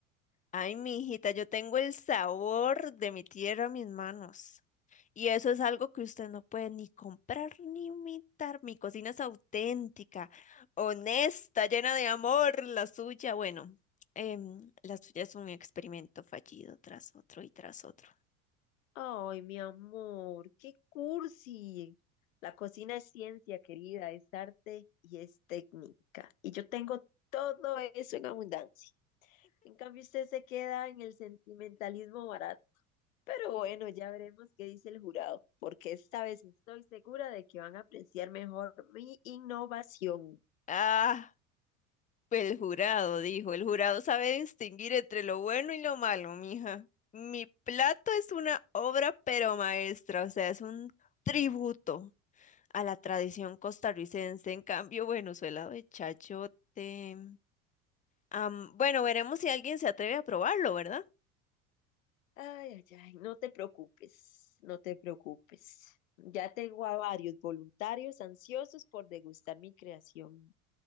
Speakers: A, on the left (about 20°); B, on the left (about 70°).
A: Ay, mi hijita, yo tengo el sabor de mi tierra en mis manos. Y eso es algo que usted no puede ni comprar ni imitar. Mi cocina es auténtica, honesta, llena de amor. La suya, bueno, em, la suya es un experimento fallido tras otro y tras otro.
B: Ay, mi amor, qué cursi. La cocina es ciencia, querida, es arte y es técnica. Y yo tengo todo eso en abundancia. En cambio, usted se queda en el sentimentalismo barato. Pero bueno, ya veremos qué dice el jurado, porque esta vez estoy segura de que van a apreciar mejor mi innovación.
A: Ah. Pues, El jurado, dijo, el jurado sabe distinguir entre lo bueno y lo malo, mija. Mi plato es una obra pero maestra, o sea, es un tributo a la tradición costarricense. En cambio, bueno, suela de chayote. Am, bueno, veremos si alguien se atreve a probarlo, ¿verdad?
B: Ay, ay, ay, no te preocupes, no te preocupes. Ya tengo a varios voluntarios ansiosos por degustar mi creación.